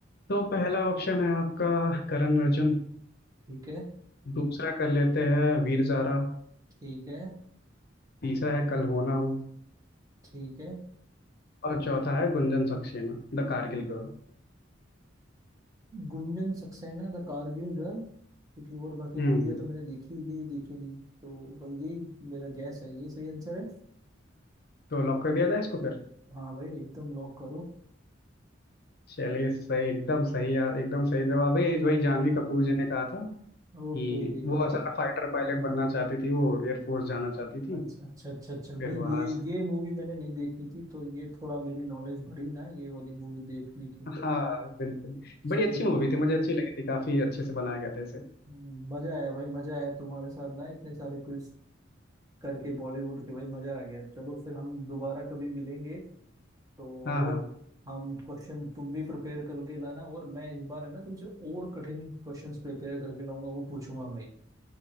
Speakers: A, on the left; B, on the right.
A: तो पहला ऑप्शन है आपका करण अर्जुन
B: ठीक है
A: दूसरा कर लेते हैं वीर ज़ारा
B: ठीक है
A: तीसरा है कल हो ना हो
B: ठीक है
A: और चौथा है गुंजन सक्सेना द कारगिल गर्ल
B: गुंजन सक्सेना द कारगिल गर्ल क्योंकि और बाकी
A: हम्म
B: मूवियाँ
A: हम्म,
B: तो मैंने देखी है, ये देखी नहीं तो भाई यही मेरा गैस है ये सही आंसर है
A: तो लॉक कर दिया जाए इसको फिर
B: हाँ भाई एकदम लॉक करो
A: चलिए सही एकदम सही यार एकदम सही जवाब है ये जो ही जानवी कपूर जी ने कहा था
B: ओके
A: कि वो असल में फाइटर पायलट बनना चाहती थी वो एयरफोर्स जाना चाहती थी
B: अच्छा अच्छा अच्छा अच्छा
A: फिर
B: भाई
A: वहां
B: ये
A: से
B: ये मूवी मैंने नहीं देखी थी तो ये थोड़ा मेरी नॉलेज बढ़ी ना ये वाली मूवी देखने की
A: हाँ बिल्कुल बड़ी
B: सही
A: अच्छी
B: है
A: मूवी थी मुझे अच्छी लगी थी काफी अच्छे से बनाया गया था इसे
B: हम्म, मजा आया भाई मजा आया तुम्हारे साथ ना इतने सारे क्विज करके बॉलीवुड के भाई मजा आ गया चलो फिर हम दोबारा कभी मिलेंगे तो
A: हाँ हाँ
B: और हम क्वेश्चन तुम भी प्रिपेयर करके लाना और मैं इस बार है ना तुमसे और कठिन क्वेश्चंस प्रिपेयर करके लाऊंगा वो पूछूंगा भाई